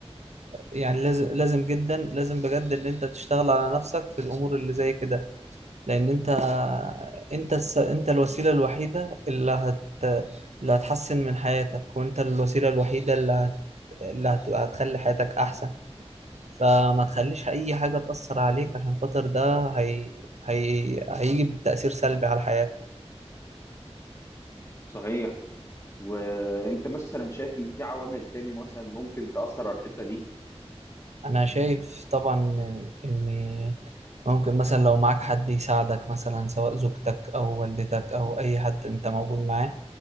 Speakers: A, on the right; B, on the left.
A: يعني لازم لازم جدا لازم بجد ان انت تشتغل على نفسك في الامور اللي زي كده لان انت انت الس... انت الوسيله الوحيده اللي هت اللي هتحسن من حياتك وانت الوسيله الوحيده اللي هت... اللي هت... هتخلي حياتك احسن فما تخليش اي حاجه تاثر عليك عشان خاطر ده هي... هي... هيجي بتاثير سلبي على حياتك
B: صحيح وانت مثلا شايف ان في عوامل تاني مثلا ممكن تاثر على الحته دي
A: انا شايف طبعا ان ممكن مثلا لو معاك حد يساعدك مثلا سواء زوجتك او والدتك او اي حد انت موجود معاه